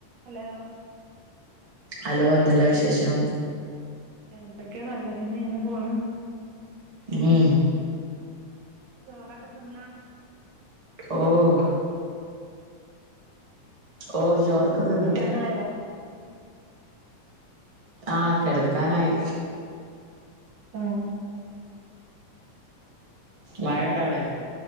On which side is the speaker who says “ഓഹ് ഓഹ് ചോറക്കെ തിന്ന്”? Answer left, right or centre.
Right